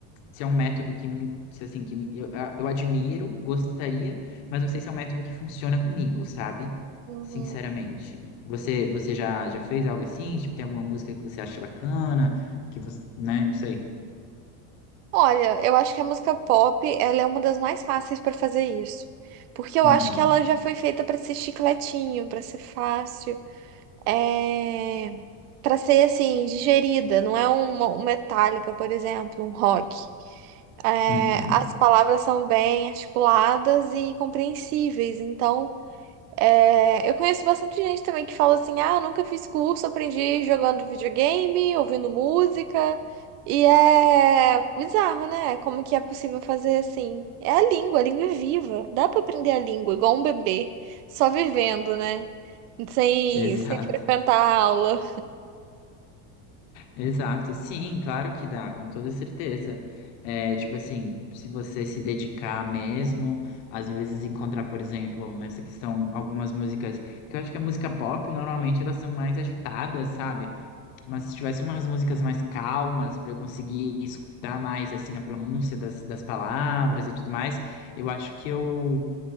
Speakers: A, on the left (about 60°); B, on the right (about 80°).
A: se é um método que, me- se, assim, que me- eu, eu admiro, gostaria, mas não sei se é um método que funciona comigo, sabe?
B: Uhum.
A: Sinceramente. Você, você já, já fez algo assim? Tipo, tem alguma música que você acha bacana? Que você, né? Não sei.
B: Olha, eu acho que a música pop, ela é uma das mais fáceis para fazer isso. Porque eu
A: Uhum,
B: acho que ela já foi feita para ser chicletinho, para ser fácil, é... para ser assim, digerida, não é uma, um Metallica, por exemplo, um rock. É,
A: uhum.
B: As palavras são bem articuladas e compreensíveis, então É, eu conheço bastante gente também que fala assim: ah, eu nunca fiz curso, aprendi jogando videogame, ouvindo música. E é bizarro, né? Como que é possível fazer assim? É a língua, a língua é viva. Dá pra aprender a língua, igual um bebê, só vivendo, né? Sem,
A: <laughs> Exato,
B: sem frequentar a aula.
A: exato. Sim, claro que dá, com toda certeza. É, tipo assim, se você se dedicar mesmo, às vezes encontrar, por exemplo, nessa questão, algumas músicas, que eu acho que a música pop, normalmente elas são mais agitadas, sabe? Mas se tivesse umas músicas mais calmas, para eu conseguir escutar mais assim a pronúncia das, das palavras e tudo mais, eu acho que eu,